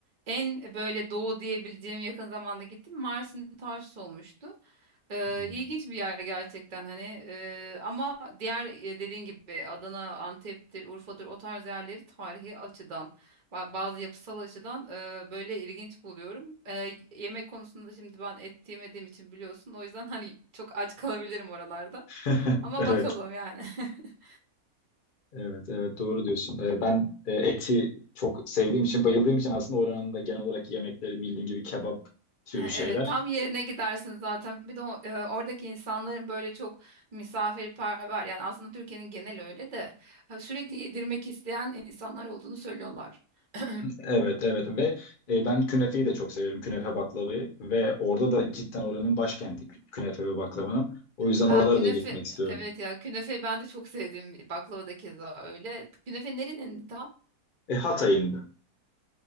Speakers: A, on the right; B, on the left.
A: en böyle doğu diyebileceğim yakın zamanda gittiğim Mersin Tarsus olmuştu. Ee,
B: Hmm.
A: ilginç bir yer gerçekten hani Ee, ama diğer e, dediğin gibi Adana, Antep'tir, Urfa'dır o tarz yerleri tarihi açıdan ba- bazı yapısal açıdan e, böyle ilginç buluyorum. Ee, yemek konusunda şimdi ben et yemediğim için biliyorsun o yüzden hani çok aç kalabilirim oralarda
B: <laughs>
A: ama
B: Evet,
A: bakalım yani. <laughs>
B: evet, evet doğru diyorsun. Ee, ben e, eti çok sevdiğim için, bayıldığım için aslında oranın da genel olarak yemekleri bildiğin gibi kebap türü
A: E,
B: şeyler.
A: Evet, tam yerine gidersin zaten. Bir de o- e, oradaki insanların böyle çok misafirperver. Yani aslında Türkiye'nin genel öyle de ha, sürekli yedirmek isteyen insanlar olduğunu söylüyorlar. <clears throat>
B: Evet evet ve e, ben künefeyi de çok severim künefe baklavayı ve orada da cidden oranın başkenti kü- künefe ve baklavanın o yüzden
A: Aa,
B: oralara
A: künefe,
B: da gitmek istiyorum.
A: evet ya künefe ben de çok sevdiğim bir- baklava da keza öyle. Künefe nerenin tam?
B: E, Hatay'ın